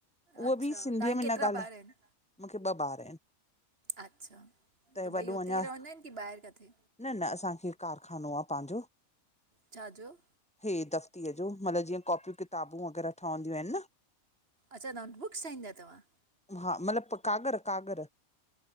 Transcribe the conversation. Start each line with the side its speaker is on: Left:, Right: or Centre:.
Centre: उहा
Right: अच्छा
Centre: बि सिंधीअ
Right: तव्हांखे
Centre: में न
Right: केतिरा
Centre: ॻाल्हाए।
Right: ॿार आहिनि
Centre: मुखे ॿ ॿार इनि,
Right: अच्छा
Centre: त वॾो
Right: ॿई हुते
Centre: अञां।
Right: ई रहंदा आहिनि की ॿाहिरि किथे
Centre: न न असांखे कारखानो आ पंहिंजो।
Right: छा जो?
Centre: हे दफ़्तीअ जो, मतिलबु जीअं कॉपियूं किताबूं वग़ैरह ठहंदियूं आहिनि न।
Right: अच्छा नागपुर <unintelligible> तवां?
Centre: हा मतिलब कागर -कागर